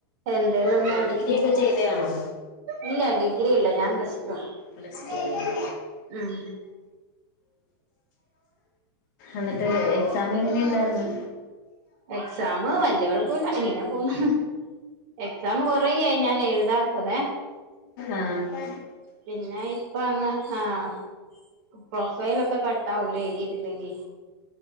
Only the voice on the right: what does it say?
എന്തേലുംന്ന് തുടങ്ങി
ഇല്ല ഡിഗ്രി ഇല്ല ഞാം പ്ലസ്ടു ആ
ഉം
എക്സാംമ് വല്യയ കുഴപ്പുല്ല ഇങ്ങനെ പോന്ന് എക്സാം കുറയായി ഞാൻ എഴുതാത്തതെ
പിന്നെ ഇപ്പൊ അങ്ങനെ ആഹ് പ്രൊഫൈല ഒക്കെ കട്ടാവൂലേ എഴുതിയിട്ടില്ലെങ്കി